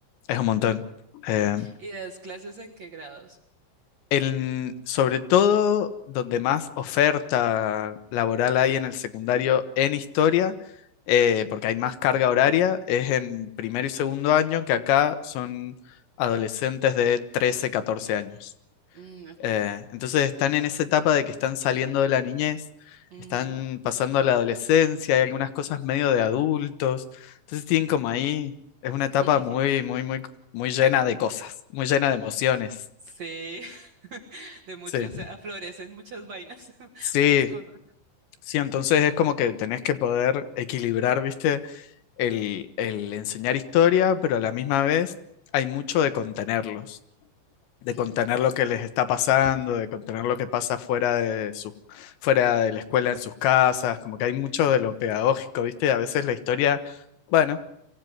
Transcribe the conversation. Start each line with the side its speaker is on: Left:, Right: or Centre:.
Left: es un montón. Eh,
Right: ¿Y das clases en qué grados?
Left: en- sobre todo donde más oferta laboral hay en el secundario en historia, eh, porque hay más carga horaria, es en primero y segundo año, que acá son adolescentes de 13 14 años.
Right: Mm, ok.
Left: Eh, entonces están en esa etapa de que están saliendo de la niñez,
Right: Ujú.
Left: están pasando a la adolescencia, hay algunas cosas medio de adultos. Entonces tienen como ahí, es una etapa
Right: <laughs>
Left: muy, muy, muy, muy llena de cosas, muy llena de emociones.
Right: Sí. <laughs> De muchas,
Left: Sí,
Right: aflorecen muchas vainas, <laughs>
Left: sí,
Right: muchas cosas.
Left: sí, entonces es como que tenés que poder equilibrar, ¿viste? El, el enseñar historia, pero a la misma vez hay mucho de contenerlos. de
Right: Mm,
Left: contener
Right: así.
Left: lo que les está pasando, de contener lo que pasa fuera de su, fuera de la escuela en sus casas, como que hay mucho de lo pedagógico, ¿viste? Y a veces la historia, bueno,